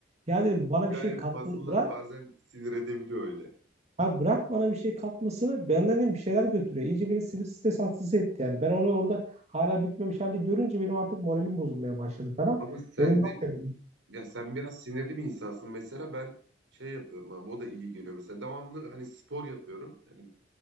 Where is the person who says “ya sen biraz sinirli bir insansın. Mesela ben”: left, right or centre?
Right